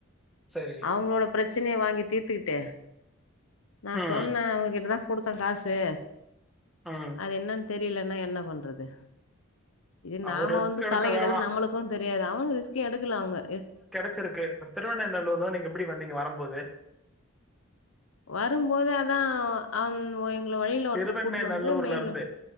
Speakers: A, in the centre; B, on the left.
A: சரி
B: அவுங்களோட பிரச்ச சினே வாங்கி தீர்த்துட்டு நா
A: ம்
B: சொன்ன அவங்ககிட்டதா கொடுத்த காசு
A: ம்
B: அது என்னன் தெரியலன்னா என்ன பண்றது இது
A: அவர்
B: நாம
A: ரிஸ்க்
B: வந்து
A: எடுக்க
B: தலையிடல்
A: வேணாம்
B: நம்மளுக்கு தெரியாது அவங் ரிஸ்க்கு எடுக்கல அவுங்க
A: ச்சுருக்கு இப்ப திருவண்ணைநல்லூர்ல நீங்க எப்டி வந்தீங்க வரும் போது
B: வரும்போது அதா அந் ஒ‌ எ ங்ள வழில ஒருத்தர
A: திருவெண்ணை
B: கூட்னு வந்து
A: நல்லூர்ல
B: மேல
A: இருந்து